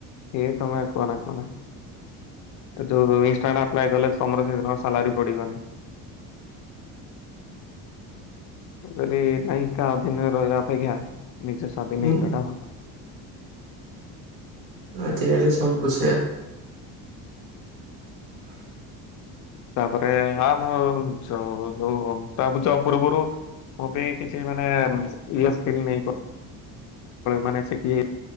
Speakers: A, on the left; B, on the right.
A: ଇଏ ତମେ କୁହନା କୁହନା। ଯୋଉ ଇଷ୍ଟାଣ୍ଡ ଆପ୍ଲାଏ କଲେ ତମର କେବେ କଣ ସାଲାରୀ ପଡିବନି। ମୁଁ କହିଲି ନାଇଁ କା ଅଧୀନରେ ରହିବା ଅପେକ୍ଷା। ନିଜ ସ୍ୱାଧୀନ
B: ହୁଁ
A: ହେଇଜିବା ଟା ଭଲ।
B: ମେ ଚିଆରରେ ସବୁ ପୋସେ।
A: ତାପରେ ଆମହ ଯୋଉ ଚୋଉ ତାପ ଜବ କରୁ କରୁ କୋଉଠି କିଛି ମାନେ। ଇଏସେ କ୍ସିନି ମାନେ ନେଇପାରୁ ମାନେ ସେ କିଏ?